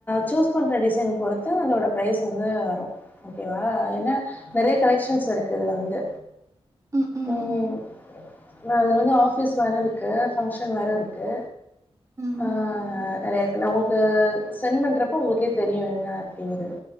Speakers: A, on the left; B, on the right.
A: சூஸ் பண்ற டிசைன் பொறுத்து அதோடய ப்ரைஸ் வந்து வரும் ஓகேவா அது ஏன்னா நெறய கலெக்ஷன்ஸ் இருக்கு இதுல வந்து
B: ம் ம்
A: உம்ம்
B: ம்
A: அதுல வந்து ஆபீஸ் வேற இருக்கு பங்க்ஷன் வேற இருக்கு
B: ம்
A: ஆஹ நெறயா இருக்கு நான் உங்களுக்கு சென்ட் பண்றப்ப உங்களுக்கே தெரியு என்னப் படிங்கறது